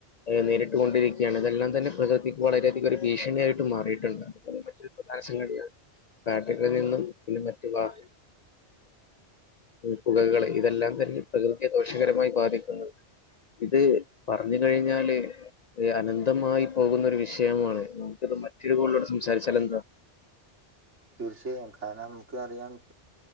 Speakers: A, on the left; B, on the right.
A: നേരിട്ട് ണ്ടിരിക്കുകയാണ് ഇതെല്ലാം തന്നെ പ്രകൃതിക്ക് വളരെയധികം ഒരു ഭീഷണിയായിട്ട് മാറിയിട്ടുണ്ട്. പ്രധാന സംഗതി യാണ് ഫാക്ടറികളിൽ നിന്നും മറ്റ് വാഹനം പുകകള് ഇതെല്ലാം തന്നെ പ്രകൃതിയെ ദോഷകരമായി ബാധിക്കും. ഇത് പറഞ്ഞു കഴിഞ്ഞാല് അനന്തമായി പോകുന്ന ഒരു വിഷയമാണ്. മറ്റൊരു കോളിലുടെ സംസാരിച്ചാലെന്താ?
B: തീർച്ചയായും കാരണം നമുക്ക് അറിയാം